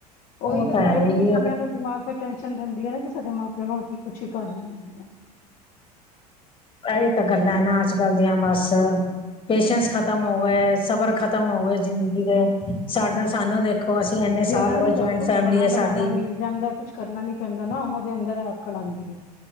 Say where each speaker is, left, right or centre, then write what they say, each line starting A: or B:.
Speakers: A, on the left (about 25°); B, on the left (about 40°).
A: ਉਹ
B: ਉਹੀ ਤੇ, ਤਾਂ
A: ਹੈ
B: ਈ
A: ਹੀ
B: ਤੇ ਫਿਰ ਕੁੜੀਆਂ ਦਾ ਦਿਮਾਗ ਫਿਰ ਟੈਸ਼ਨ ਰੈਂਦੀ ਐ ਨਾ ਕਿ ਸਾਡੇ ਮਾਂ-ਪਿਓ ਨਾਲ ਕੀ ਕੁਛ ਹੀ ਕਰ ਰਹੇ ਨੇ ਆ।
A: ਇਹੀ ਤਾਂ ਗੱਲਾਂ ਨਾ ਅੱਜ-ਕੱਲ ਦੀਆਂ ਬਸ ਪੇਸ਼ੈਂਸ ਖਤਮ ਹੋ ਗਏ, ਸਬਰ ਖਤਮ ਹੋ ਗਏ ਜ਼ਿੰਦਗੀ ਦੇ ਸਾਡਾ
B: ਹਮ
A: ਸਾਨੂੰ ਦੇਖੋ, ਅਸੀਂ ਐਨੇ
B: ਜਿਹਨਾਂ
A: ਸਾਲ ਹੋਗੇ
B: ਨੂੰ ਸਭ
A: ਜੁਆਇੰਟ
B: ਕੁਛ
A: ਫੈਮਿਲੀ
B: ਬਣਾ
A: ਹੈ
B: ਬਣਾਇਆ
A: ਸਾਡੀ
B: ਮਿਲ ਜਾਂਦਾ ਕੁਛ ਕਰਨਾ ਨੀ ਪੈਂਦਾ ਨਾ ਓਨਾਂ ਦੇ ਅੰਦਰ ਆਕੜ ਆਂਦੀ ਏ।